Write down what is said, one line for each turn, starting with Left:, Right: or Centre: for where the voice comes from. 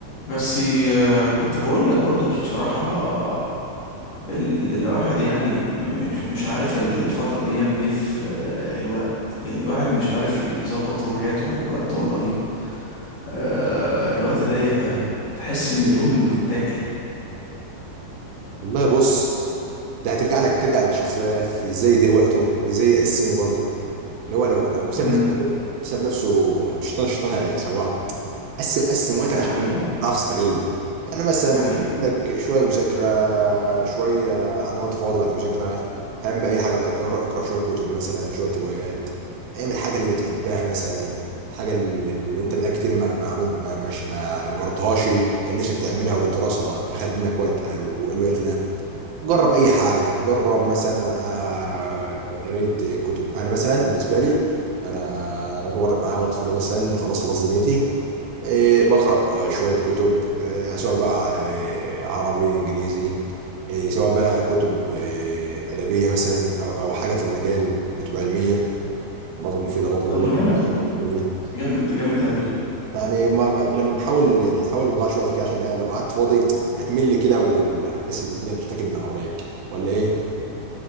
Left: بس آه، كنت بقول لك برضو بصراحة ال ال الواحد يعني م- مش مش عارف ال- الفترة دي يعمل ايه في آه، الوقت يعني الواحد مش عارف يظبط هواياته على الوقت والله آه الوقت ضيق قوي تحس ان اليوم بيتاكل
Right: والله بص ده هترجع لك ترجع للشخص بقى في ازاي يدير وقته وازاي يقسمه برضه اللي هو لو لو ساب
Left: امم
Right: نفسه ساب نفسه الشيطان الشيطان هيسوحه قسم قسم وقتك
Left: ده
Right: عشان
Left: حقيقة
Right: تعرف تستغله يعني مثلا
Left: ده حقيقة
Right: عندك شويه مذاكره شويه عندك وقت فاضي بعد المذاكره اعمل بقى اي حاجه بقى اقرا اقرا شويه كتب مثلا شويه روايات اعمل الحاجه اللي بتحبها مثلا حاجه اللي اللي انت بقالك كتير ما ما عملت ما مش ما يعني ما جربتهاش كان نفسك تعملها والدراسه اخذت منك وقت او الوقت ده جرب اي حاجه جرب مثلا آه، آه، قرايه كتب انا مثلا بالنسبه لي انا هو معايا وقت فاضي مثلا خلاص خلاص دنيتي آه، بقرا آه، شويه كتب آه، سواء بقى آه، عربي انجليزي آه، سواء بقى كتب آه، ادبيه مثلا او او حاجه في المجال كتب علميه برضه مفيده برضه
Left: طب
Right: كل واحد
Left: ما جامد والله
Right: كتب علميه
Left: جامد ده جامد قوي
Right: يعني ما ما- بنحاول بنحاول ما نضيعش وقت كده عشان آه، لو قعدت فاضي هتمل كده وهتحس ان الدنيا بتتاكل من حواليك ولا ايه؟